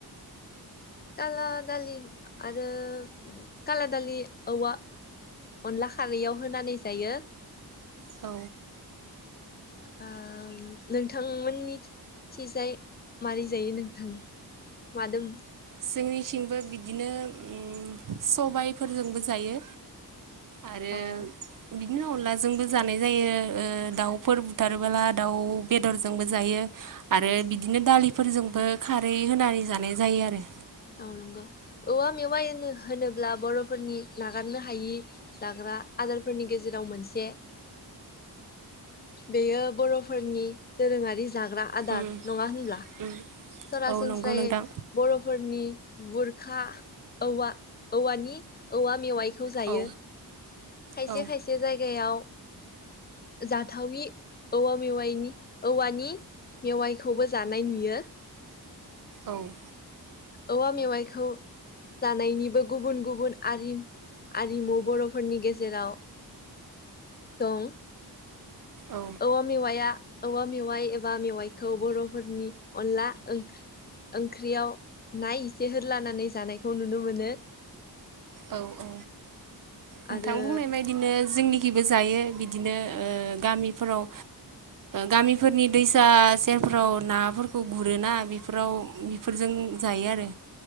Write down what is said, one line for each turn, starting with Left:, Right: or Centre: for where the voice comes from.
Left: काला दालि आरो काला दालि औवा अनला खारैयाव होनानै जायो
Right: औ।
Left: आम नोंथांमोननि थिजाय मारै जायो नोंथां मादों
Right: जोंनिसिंबो बिदि बिदिनो ओम सबायफोरजोंबो जायो आरो
Left: औ
Right: बि बिदिनो अनलाजोंबो जानाय ओ जायो दाउफोर बुथारबोला दाउ बेदरजोंबो जायो आरो बिदिनो दालिफोरजोंबो खारै होनानै जानाय जायो आरो
Left: औ नंगौ औवा मेवाइ होनोब्ला बर'फोरनि नागारनो हायै जाग्रा आदार फोरनि गेजेराव मोनसे बेयो बर'फोरनि दोरोङारि जाग्रा आदार
Right: उम
Left: नङा होनब्ला?
Right: उम
Left: सरासनस्रायै
Right: औ नंगौ नोंथां
Left: बर'फोरनि बुरखा औवा औवानि औवा मेवाइ थखौ जायो
Right: औ
Left: खायसे
Right: औ
Left: खायसे जायगायाव जाथावयि औवा मेवाइनि औवानि मेवाइखौबो जानाय नुयो।
Right: औ।
Left: औवा मेवाइखौ जानायनिबो गुबुन गुबुनआरिम आरिमु बर'फोरनि गेजेराव दं।
Right: औ
Left: औवा मेवाइ आ औवा मेवाइ एबा मेवाइखौ बर'फोरनि अनला ओं-ओंख्रियाव ना इसे होलानानै जानायखौ नुनो मोनो।
Right: औ औ। नोंथां
Left: आरो
Right: बुंनाय बायदिनो जोंनिखिबो जायो बिदिनो ओ गामिफोराव गामिफोरनि दैसा सेरफोराव नाफोरखौ गुरोना बेफोराव बेफोरजों जायो आरो